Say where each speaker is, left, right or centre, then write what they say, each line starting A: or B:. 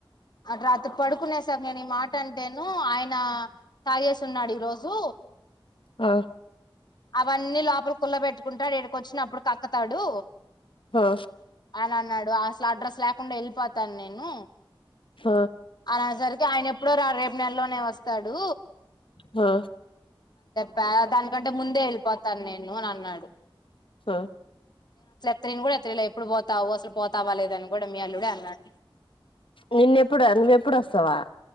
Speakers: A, on the left; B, on the left.
A: అర్ధరాత్రి పడుకునేస నేను ఈ మాట అంటేను ఆయన తాగేసి ఉన్నాడు ఈ రోజు
B: అ
A: అవన్నీ లోపల కుళ్ల పెట్టుకుంటాడ్, ఇడికి వచ్చినప్పుడు కక్కుతాడు
B: హా
A: <unintelligible> అన్నాడు అసల్ అడ్రస్ ల్యకుండా వెళ్ళిపోతాను నేను
B: అ
A: అని అనేసరికి ఆయన ఎప్పుడో రాడ్ రేపు నెలలోనే వస్తాడు
B: హా
A: ప్యా దానికంటే ముందే వెళ్ళిపోతాను నేను అని అన్నాడు
B: అ
A: త్రిన్ కూడా హెచ్చరిలే ఎప్పుడు పోతావు అసలు పోతావా లేదని కూడా మీ అల్లుడే అన్నాడు
B: నిన్నెప్పుడు నువ్వు ఎప్పుడు వస్తావా